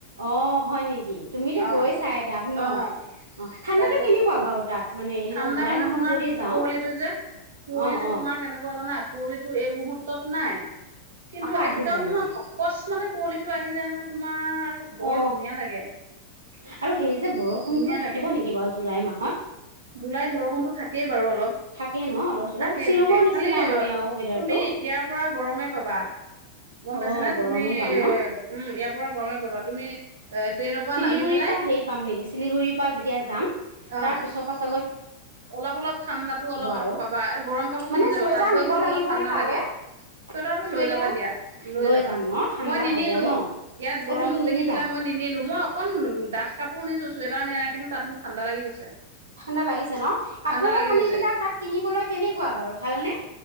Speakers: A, on the right; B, on the right.
A: অহ হয় নেকি, তুমিতো
B: অ'
A: গৈ চাই তাত নহ
B: অ'
A: অহ ঠাণ্ডাটো
B: তাৰপিছত
A: কেনেকুৱা বাৰু তাত? মানে এনেকুৱা
B: ঠাণ্ডা
A: জুলাই
B: মানেহ
A: মাহত
B: তোমাৰ
A: যদি যাওঁ
B: কুঁৱলীটো যে কুঁৱলীটো
A: অ অ
B: তোমাৰ কেনেকুৱা জানা কুঁৱলীটো এই মুহূৰ্তত নাই। কিন্তু
A: আকৌ আহি
B: একদম
A: যায় মানে
B: অকস্মতে কুঁৱলীটো আহি যায় মানে তোমাৰ বৰ
A: অ
B: ধুনীয়া লাগে।
A: <unintelligible> আৰু সেই যে বৰষুণতো
B: ধুনীয়া
A: থাকিব
B: লাগে
A: নেকি বাৰু জুলাই মাহ হৎ
B: জুলাইত বৰষুণতো থাকেই বাৰু অলপ
A: থাকে ন অলপ চলপ
B: থাকে
A: শ্বিলঙৰ
B: থাকে
A: নিচিনা
B: খালি
A: মানে আৰু ৱেডাৰটো
B: তুমি ইয়াৰ পৰা গৰমে পাবা গম
A: অ
B: পাইছ না
A: গৰমেই
B: তুমি উম
A: পাম ন
B: ইয়াৰ পৰা গৰমে পাবা তুমি ট্ৰেইনৰ পৰা
A: শিলিগুৰিৰ
B: নামি পেলাই
A: পৰা হেই পাম নেকি শিলিগুড়িৰ পৰা যেতিয়া যাম
B: অ
A: তাৰ পিছৰ পা
B: অলপ অলপ ঠাণ্ডাতো অলপ
A: আৰু
B: পাবা গৰম কাপোৰ
A: মানে
B: পিন্ধি যাবা
A: চুৱেটাৰ
B: তাত গৈ
A: নিব
B: কিন্তু
A: লাগিব
B: অলপ ঠাণ্ডা
A: নে তালৈ
B: লাগে চুৱেটাৰটো
A: চুৱেটাৰ
B: লৈ যাবা দিয়া লৈ যাবা
A: যাম ন ঠাণ্ডা
B: মই নিনিলো
A: হ'ব ন
B: ইয়াত
A: অ
B: গৰমটো
A: তুমি নিনিলা
B: দেখি পেলাই মই নিনিলো মই অকণ দাথ কাপোৰ শুনিছো ছুৱেতাৰ নেলাগে কিন্তু তাত মোৰ ঠাণ্ডা লাগি গৈছে
A: ঠাণ্ডা লাগিছে ন কাপোৰ
B: ঠাণ্ডা লাগি
A: কানি
B: গৈছে
A: বিলাক তাত কিনিবলৈ কেনেকুৱা বাৰু ভালনে